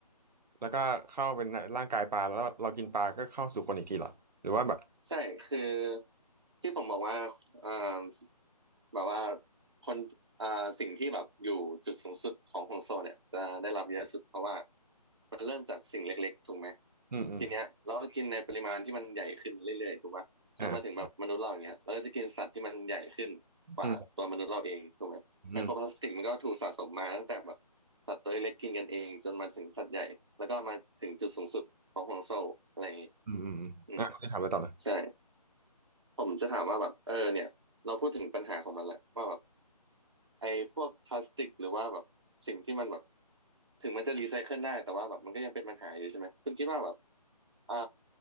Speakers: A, on the right; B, on the right.
A: แล้วก็เข้าเป็นร่างกายปลาแล้วเรากินปลาก็เข้าสู่คนอีกทีเหรอหรือว่าแบบ
B: ใช่ คือที่ผมบอกว่าอ่าแบบว่าคนอ่า สิ่งที่แบบอยู่จุดสูงสุดของห่วงโซ่เนี่ยจะได้รับเยอะสุดเพราะว่ามันเริ่มจากสิ่งเล็กๆถูกไหม
A: อืมอืม
B: ทีเนี้ยเราก็กินในปริมาณที่มันใหญ่ขึ้นเรื่อยๆถูกปะจนมาถึงแบบมนุษย์เราอย่างเงี้ยเราก็จะกินสัตว์ที่มันใหญ่ขึ้นกว่าตัวมนุษย์เราเองถูกไหมไมโครพลาสติกมันก็ถูกสะสมมาตั้งแต่แบบสัตว์ตัวเล็กๆกินกันเองจนมาถึงสัตว์ใหญ่แล้วก็มาถึงจุดสูงสุดของห่วงโซ่อะไรอย่างงี้
A: อ่าอืมอืมอืมอืมอ่ะคุณจะถามอะไรต่อนะ
B: อืมใช่ ผมจะถามว่าแบบเออเนี่ยเราพูดถึงปัญหาของมันแหละว่าแบบไอ้พวกพลาสติกหรือว่าแบบสิ่งที่มันแบบถึงมันจะรีไซเคิลได้แต่ว่าแบบมันก็ยังเป็นปัญหาอยู่ใช่ไหมคุณคิดว่าแบบอ่า